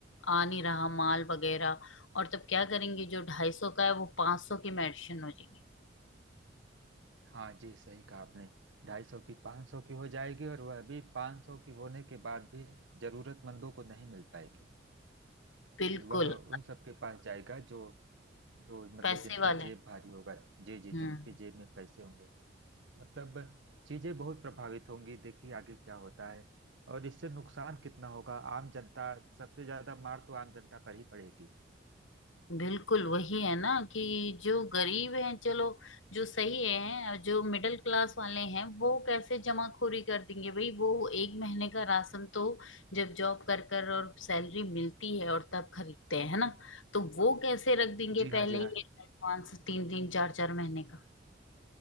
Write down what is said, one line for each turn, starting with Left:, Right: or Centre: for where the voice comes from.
Left: आ नहीं रहा माल वगैरह और तब क्या करेंगे जो ढाई सौ का है वो पांच सौ की मेडिसिन हो जाएगी
Right: हाँ जी सही कहा आपने ढाई सौ की पाँच सौ की हो जाएगी और वह भी पाँच सौ की होने के बाद भी जरूरतमंदों को नहीं मिल पाएगी
Left: बिल्कुल
Right: वह उन सबके पास जाएगा जो जो मतलब
Left: पैसे
Right: जिनका
Left: वाले
Right: जेब भारी होगा जी जी
Left: हम्म
Right: जिनके जेब में पैसे होंगे मतलब चीजें बहुत प्रभावित होंगी देखिए आगे क्या होता है और इससे नुकसान कितना होगा आम जनता सबसे ज्यादा मार तो आम जनता पर ही पड़ेगी
Left: बिल्कुल वही है ना कि जो गरीब हैं चलो जो सही हैं और जो मिडिल क्लास वाले हैं वो कैसे जमाखोरी कर देंगे भाई वो एक महीने का राशन तो जब जॉब कर कर और सैलरी मिलती है और तब खरीदते हैं है ना तो वो कैसे रख देंगे
Right: जी हाँ
Left: पहले
Right: जी
Left: ही
Right: हाँ
Left: एडवांस तीन तीन चार चार महीने का